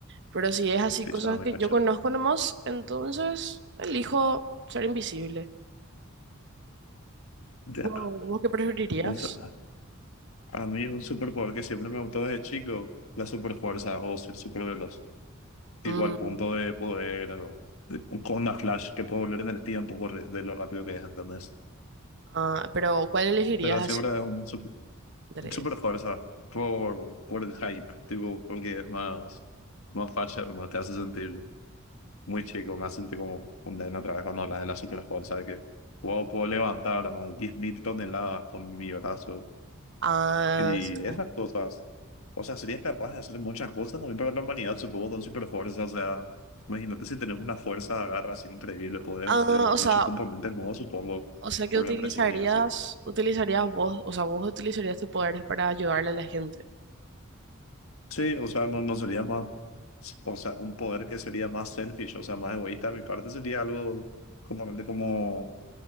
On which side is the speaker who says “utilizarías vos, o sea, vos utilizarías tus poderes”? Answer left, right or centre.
Right